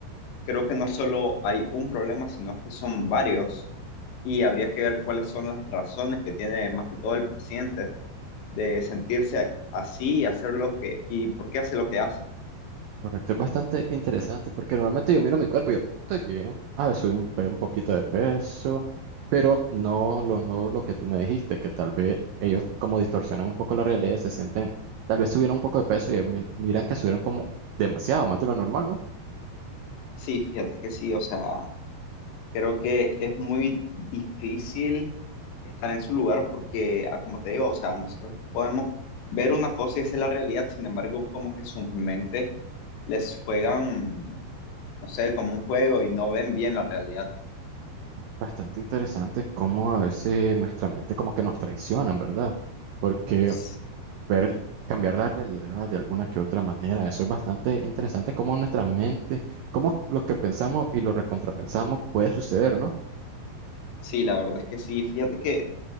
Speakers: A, on the left; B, on the right.
A: creo que no solo hay un problema, sino que son varios y habría que ver cuáles son las razones que tiene más que todo el paciente de sentirse así y hacer lo que y por qué hace lo que hace.
B: Correcto, es bastante interesante porque normalmente yo miro mi cuerpo y yo estoy bien, ah, subí un, pe- un poquito de peso, pero no lo, no lo que tú me dijiste, que tal vez ellos como distorsionan un poco la realidad, se sienten, tal vez subieron un poco de peso y ellos mi- miran que subieron como demasiado, más de lo normal, ¿no?
A: Sí, fíjate que sí, o sea, Creo que es muy difícil estar en su lugar porque, ah, como te digo, o sea, nosotros podemos ver una cosa y esa es la realidad, sin embargo, como que sus mentes les juegan, no sé, como un juego y no ven bien la realidad.
B: Bastante interesante cómo a veces nuestra mente como que nos traicionan, ¿verdad? Porque
A: S-
B: ver, cambiar la realidad de alguna que otra manera. Eso es bastante interesante, cómo nuestra mente, cómo lo que pensamos y lo recontrapensamos puede suceder, ¿no?
A: Sí, la verdad es que sí. Fíjate que